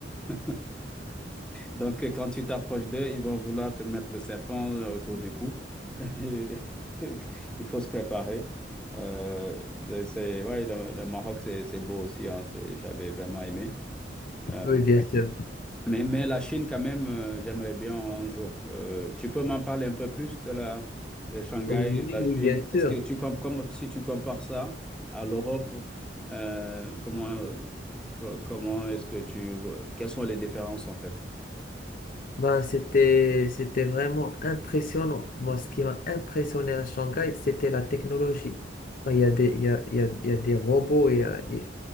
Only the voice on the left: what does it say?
Oui, bien sûr.
Donc, Oui,
oui, bien sûr.
Ben, c'était, c'était vraiment impressionnant. Moi, ce qui m'a impressionné à Shanghai, c'était la technologie. Ben, il y a des, il y a, il y a- il y a des robots. il y a- il y a-